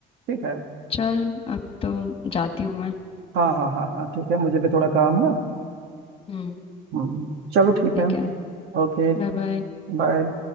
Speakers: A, on the right (about 75°); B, on the left (about 35°).
A: ठीक है
B: चल अब तो जाती हूँ मैं
A: हाँ हाँ हाँ हाँ ठीक है मुझे भी थोड़ा काम है
B: हम्म
A: हम्म चलो ठीक
B: ठीक
A: है
B: है
A: ओके
B: Bye bye
A: बाय